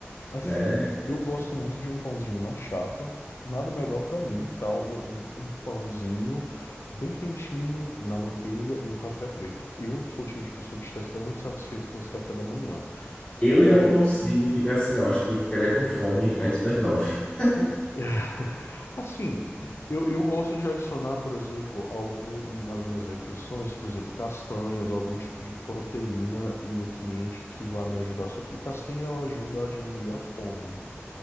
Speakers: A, on the left; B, on the left.
A: Assim,
B: né?
A: eu gosto muito de um pãozinho na chapa. Nada melhor pra mim, tá? Um, um- um pãozinho bem quentinho na manteiga e um café preto. Eu sou o tipo de pessoa que está extremamente satisfeita com esse café da manhã.
B: Eu
A: É,
B: já não consigo ficar assim, não. Acho que eu ficaria com fome antes das nove. <laughs>
A: <laughs> Assim, eu, eu gosto de adicionar, por exemplo, algum nas minhas refeições, por exemplo, castanhas, algum tipo de proteína e nutriente que vai me ajudar a suprir. Castanha, ela ajuda a diminuir a fome.